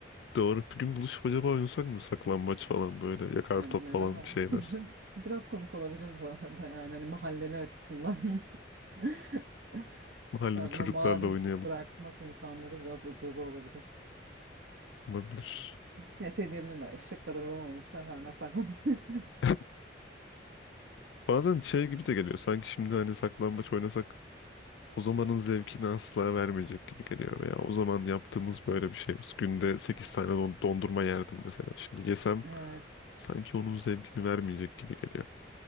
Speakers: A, on the left (about 70°); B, on the right (about 65°).
A: Doğru. Bir gün buluşup acaba oynasak mı? Saklambaç falan böyle. Yakar
B: Ne-
A: top
B: neden
A: falan
B: oldu?
A: bir şeyler.
B: <laughs> Biraz komik olabilir bu arada yani hani mahalleli açısından. <laughs>
A: Mahallede
B: Yani
A: çocuklarla
B: buna maruz
A: oynayalım.
B: bırakmak insanları biraz ucube olabilir.
A: Olabilir.
B: Ya şey diyebilirler, eşek kadar adam olmuşlar hala saklanıyor. <laughs>
A: <laughs> Bazen şey gibi de geliyor. Sanki şimdi hani saklambaç oynasak o zamanın zevkini asla vermeyecek gibi geliyor. Veya o zaman yaptığımız böyle bir şeyimiz. Günde 8 tane don- dondurma yerdim mesela. Şimdi yesem
B: Evet,
A: sanki onun zevkini vermeyecek gibi geliyor.